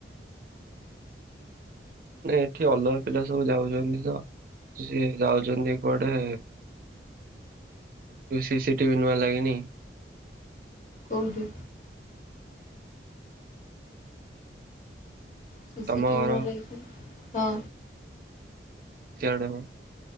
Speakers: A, on the right; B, on the left.
A: ନାଇଁ ଏଠି ଅଲଆ ପିଲା ସବୁ ଯାଉଛନ୍ତି ତ ସି ଯାଉଛନ୍ତି କୁଆଡେ ସିସିଟିଭି ନୂଆ ଲାଗିନି।
B: କଉଡି? ସିସିି
A: ତମ
B: ଟିଭି
A: ଘର
B: ନୂଆ ଲାଗିଚି ହଁ।
A: ସୀଆଡେ ମ।